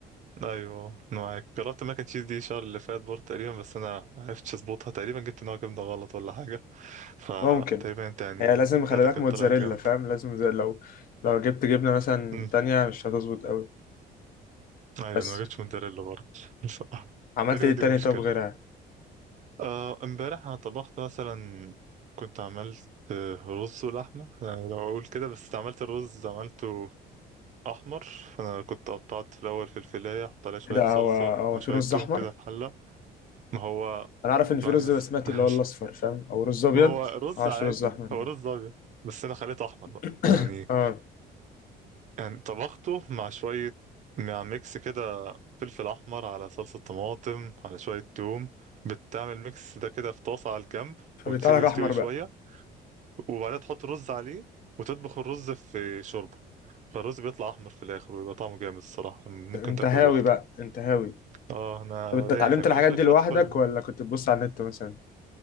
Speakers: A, on the right; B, on the left.
A: ايوه أنا معاك جربت ماك اند تشيز دي الشهر اللي فات برضه تقريبا بس انا ما عرفتش اظبطها تقريبا جبت نوع جبنه غلط ولا حاجه فتقريبا
B: ممكن
A: انت يعني
B: هي لازم خلي
A: بتاعتك
B: بالك
A: كانت
B: موتزاريلا
A: طلعت جامده
B: فاهم لازم زي لو لو جبت جبنه مثلا
A: أمم،
B: تانية مش هتظبط قوي
A: ايوه
B: بس
A: انا ما جبتش موتزاريلا برضه <laughs>
B: عملت
A: تقريبا
B: ايه تاني
A: دي المشكله
B: طب غيرها
A: آه، امبارح انا طبخت مثلا كنت عملت آه، رز ولحمه أنا لو اقول كده بس عملت الرز عملته احمر فانا كنت قطعت في الاول في الفلايه حط عليها شويه
B: ايه ده
A: صلصه
B: هو هو
A: مع شويه
B: في رز
A: توم
B: احمر
A: كده في حله ما هو
B: انا عارف ان
A: اسمعني
B: في رز
A: بس
B: بسمتي
A: <laughs>
B: اللي هو الاصفر فاهم او رز ابيض
A: ما هو رز
B: معرفش
A: عادي
B: رز احمر
A: هو
B: ده
A: رز ابيض بس انا خليته احمر بقى
B: <coughs>
A: يعني
B: اه
A: يعني طبخته مع شويه مع ميكس كده فلفل احمر على صلصه طماطم على شويه توم بتعمل ميكس ده كده في طاسه على الجنب
B: فبيطلع
A: وتسيبه
B: لك
A: يستوي
B: احمر بقى
A: شويه وبعدها تحط رز عليه وتطبخ الرز في شوربه فالرز بيطلع احمر في الاخر ويبقى طعمه جامد الصراحه ممكن
B: انت
A: تاكله
B: هاوي
A: لوحده
B: بقى انت هاوي
A: اه انا
B: طب انت
A: دايس
B: اتعلمت
A: يعني كل
B: الحاجات
A: شويه
B: دي
A: كده
B: لوحدك
A: ادخل
B: ولا كنت بتبص على النت مثلا